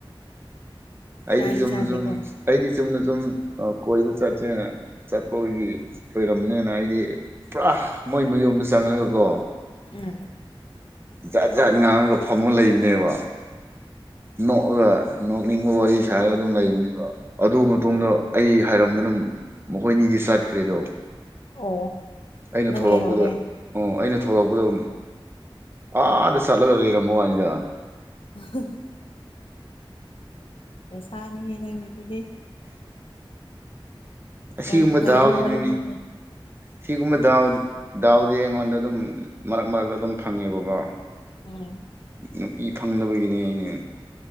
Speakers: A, on the right (about 25°); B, on the left (about 70°).
A: ꯑꯩꯗꯤ
B: ꯆꯥꯗꯤ
A: ꯁꯨꯝ
B: ꯆꯥꯗꯦꯀꯣ
A: ꯁꯨꯝ ꯑꯩꯗꯤ ꯑ ꯆꯨꯝꯅ ꯆꯨꯝ ꯀꯣꯏꯕ ꯆꯠꯁꯦ ꯆꯠꯄꯒꯤ ꯑꯣꯏꯔꯝꯅꯦ ꯑꯩꯗꯤ ꯄꯨꯔꯥ ꯃꯣꯏ ꯃꯌꯣꯝꯗ ꯆꯪꯉꯛꯒ ꯀꯣ
B: ꯎꯝ
A: ꯖꯥꯠ ꯖꯥꯠ ꯉꯥꯡꯉꯒ ꯐꯝꯃ ꯂꯩꯕꯅꯦꯕ ꯅꯣꯛꯑꯒ ꯅꯣꯛꯅꯤꯡꯕ ꯋꯥꯔꯤ ꯁꯥꯔꯒ ꯑꯗꯨꯝ ꯂꯩꯕꯅꯦꯕ ꯑꯗꯨ ꯃꯇꯨꯡꯗꯣ ꯑꯩ ꯍꯥꯏꯔꯝꯗꯅ ꯃꯈꯣꯏꯅꯤꯒꯤ ꯆꯥꯏꯠꯈ꯭ꯔꯦꯗꯣ
B: ꯑꯣ
A: ꯑꯩꯅ
B: ꯅꯪ
A: ꯊꯣꯛꯂꯛꯄꯗ
B: ꯂꯩꯍꯧꯔꯦ
A: ꯎ ꯑꯩꯅ ꯊꯣꯛꯂꯛꯄꯗ ꯑꯥꯗ ꯆꯠꯂꯒ ꯂꯩꯔꯝꯃꯨ ꯋꯥꯅꯤꯗ
B: <unintelligible> ꯇꯁꯅꯤ ꯍꯥꯏ ꯅꯪꯉꯁꯤꯗꯤ
A: ꯑꯁꯤꯒꯨꯝꯕ
B: ꯌꯥꯝ ꯅꯨꯡꯉꯥꯏꯕ
A: ꯗꯥꯎꯁꯤꯗꯨꯅꯤ
B: ꯋꯥꯔꯤꯅꯤꯅꯦ
A: ꯁꯤꯒꯨꯝꯕ ꯗꯥꯎ ꯗꯥꯎꯗꯤ ꯑꯩꯉꯣꯟꯗ ꯑꯗꯨꯝ ꯃꯔꯛ ꯃꯔꯛꯇ ꯑꯗꯨꯝ ꯐꯪꯉꯦꯕꯀꯣ
B: ꯎꯝ
A: ꯅꯨꯄꯤ ꯐꯪꯅꯕꯒꯤꯅꯦ ꯑꯩꯅ